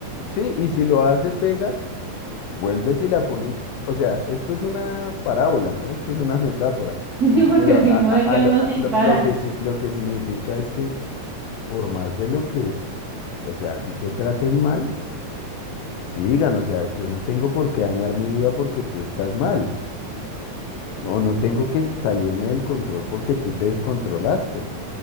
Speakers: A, on the left; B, on the right.
A: Sí, y si lo hace, pega, vuelves y la pones. O sea, esto es una parábola, ¿no? Esto es una metáfora.
B: <laughs> Sí, Porque
A: Pero
B: si
A: a,
B: no,
A: a-
B: es que
A: a
B: a
A: lo,
B: uno
A: a
B: sin
A: lo
B: cara.
A: lo que, sí- lo que significa es que por más de lo que o sea, a ti te traten mal, sigan, o sea, yo no tengo por qué dañar mi vida porque tú estás mal, o no tengo que salirme del control porque tú te descontrolaste,